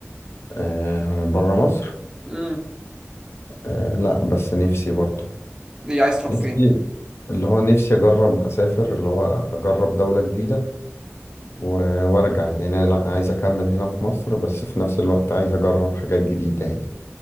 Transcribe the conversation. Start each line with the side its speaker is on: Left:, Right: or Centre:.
Left: أه بره مصر
Right: ايه
Left: أه لا بس نفسي برضو
Right: إيه عايز تروح
Left: نفسي
Right: فين
Left: اللي هو نفسي اجرب اسافر اللي هو اجرب دولة جديدة و- وارجع يعني انا لا عايز اكمل هنا في مصر بس في نفس الوقت عايز اجرب حاجات جديدة يعني